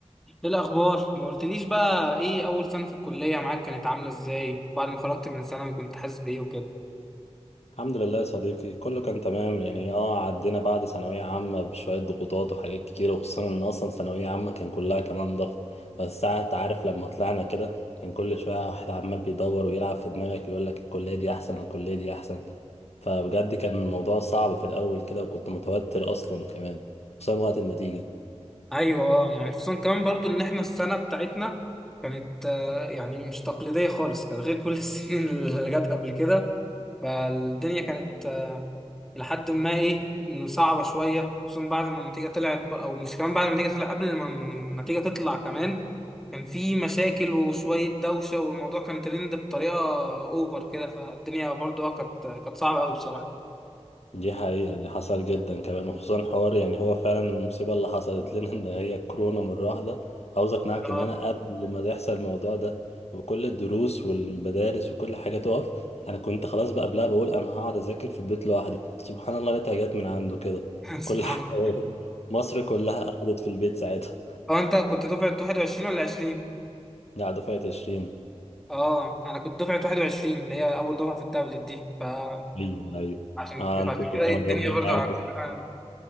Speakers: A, in the centre; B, on the left.
A: ايه الاخبار ما قلتليش بقى ايه اول سنه في الكليه معاك كانت عامله ازاي بعد ما خرجت من ثانوي كنت حاسس بايه وكده
B: الحمد لله يا صديقي كله كان تمام يعني اه عدينا بعد ثانوية عامة بشوية ضغوطات وحاجات كتيرة وخصوصا ان اصلا ثانوية عامة كان كلها كمان ضغط بس ساعات عارف لما طلعنا كده كان كل شوية واحد عمال بيدور ويلعب في دماغك يقول لك الكلية دي احسن والكلية دي احسن فبجد كان الموضوع صعب في الاول كده وكنت متوتر اصلا كمان خصوصا وقت النتيجة
A: ايوه اه يعني خصوصا كمان برضو ان احنا السنه بتاعتنا كانت آه، يعني مش تقليديه خالص كانت غير كل السنين <laughs> اللي جت قبل كده فالدنيا كانت لحد ما ايه صعبة شوية خصوصا بعد ما النتيجة طلعت ب- او مش كمان بعد ما النتيجة طلعت قبل ما النتيجة تطلع كمان كان في مشاكل وشوية دوشة والموضوع كان ترند بطريقة اوفر كده فالدنيا برضه آه، كانت كانت صعبة قوي بصراحة
B: دي حقيقة دي حصل جدا كمان وخصوصا حوار يعني هو فعلا المصيبة اللي حصلت لنا ان هي كورونا مرة واحدة عاوز اقنعك
A: اه
B: ان انا قبل ما يحصل الموضوع ده وكل الدروس والمدارس وكل حاجة تقف انا كنت خلاص بقى قبلها بقول انا هقعد اذاكر في البيت لوحدي سبحان الله لقيتها جت من عنده كده
A: <laughs> سبحان
B: كل حاجة
A: الله
B: <laughs> وقفت. مصر كلها قعدت في البيت ساعتها
A: هو انت كنت دفعة 21 ولا 20؟
B: ده دفعة 20
A: اه انا كنت دفعة 21 اللي هي اول دفعة في التابلت دي فعشان
B: ايوه ايوه
A: عشان
B: آه انتوا
A: كده
B: كان
A: إيه،
B: ربنا
A: الدنيا برضه
B: يعينكم
A: عندنا